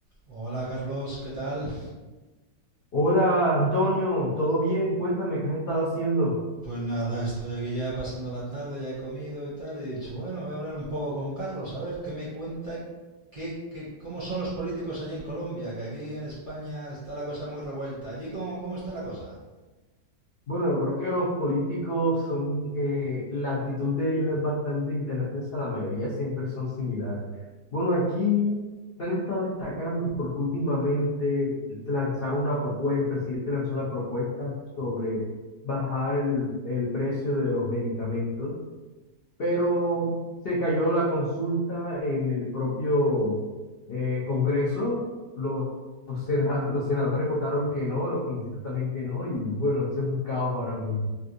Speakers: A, on the right; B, on the left.
A: Hola Carlos, ¿qué tal?
B: Hola Antonio, ¿todo bien? Cuéntame, ¿qué has estado haciendo?
A: Pues nada, estoy aquí ya pasando la tarde, ya he comido y tal, y he dicho, bueno, voy a hablar un poco con Carlos, a ver qué me cuenta, qué, qué- cómo son los políticos allí en Colombia, que aquí en España está la cosa muy revuelta. ¿Allí cómo, cómo está la cosa?
B: Bueno, yo creo que los políticos son, eh, la actitud de ellos es bastante intensa, la mayoría siempre son similares. Bueno, aquí se han estado destacando porque últimamente se lanzaron una propuesta, el presidente lanzó una propuesta sobre bajar el, el precio de los medicamentos, pero se cayó la consulta en el propio eh, Congreso. Los sena- los senadores votaron que no, los congresistas también que no, y bueno, eso es un caos ahora mismo.